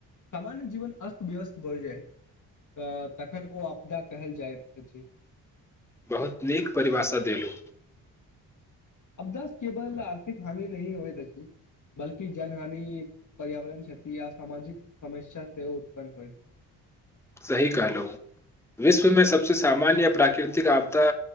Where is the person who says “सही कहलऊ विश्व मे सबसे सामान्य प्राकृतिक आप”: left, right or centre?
Centre